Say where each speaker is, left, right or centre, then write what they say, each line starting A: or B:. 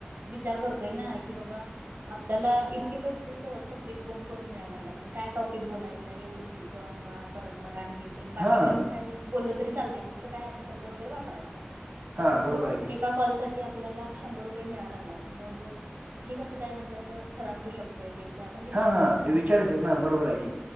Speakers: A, on the right; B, on the right.
A: विचार करतोय ना की बाबा आपल्याला इतके पैसे सहज फक्त एक फोन करून मिळाय लागल्यात आणि काय टॉपिक बोलायचाय एवढंच सण वार परंपरा आणि हे ते आणि बाकी
B: हां,
A: पण काय बोललं तरी चालते फक्त काय अपशब्द वगैरे वापरायचा नाही
B: हां,
A: तर फक्त
B: बरोबर
A: मग
B: आहे की.
A: एका कॉल साठी आपल्याला शंभर रुपये मिळाय लागल्यात मग हे कसं काय म्हणजे अस खर असू शक तय हे ते आपण विचार
B: हा हा
A: करतोय
B: विचार येत्यात ना बरोबर हाय की